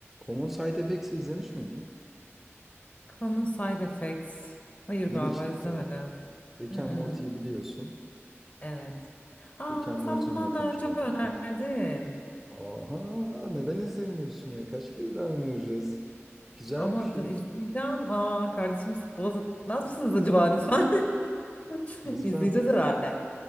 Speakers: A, in the centre; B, on the left.
A: Common Side Effects'i izlemiş miydin?
B: Common Side Effects. Hayır
A: Yeni
B: galiba
A: çıktı.
B: izlemedim.
A: Rick
B: Mm-mm.
A: and Morty'yi biliyorsun.
B: Evet. Ha,
A: Rick and Morty'nin
B: sen bunu bana
A: yapımcılarından.
B: daha önce önerdin.
A: Aha, neden izlemiyorsun ya? Kaç kere daha önereceğiz? Güzel
B: Ama
A: bir şey.
B: da izleyeceğim. Aa, kardeşim sık boğaz etmez misiniz acaba lütfen? <laughs>
A: Lütfen.
B: İzleyeceğiz herhalde.